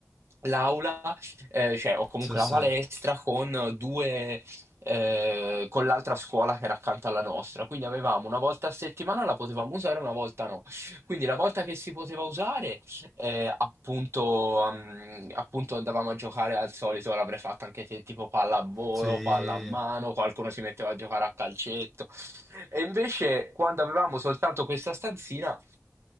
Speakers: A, on the right (about 80°); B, in the centre.
A: l'aula, eh, cioè, o comunque
B: sì, sì,
A: la palestra con due eh, con l'altra scuola che era accanto alla nostra. Quindi avevamo una volta a settimana la potevamo usare, una volta no. Quindi la volta che si poteva usare, eh, appunto, ehm, appunto andavamo a giocare al solito, l'avrei fatta anche te, tipo pallavolo,
B: sì,
A: palla a mano, qualcuno si metteva a giocare a calcetto. E invece quando avevamo soltanto questa stanzina,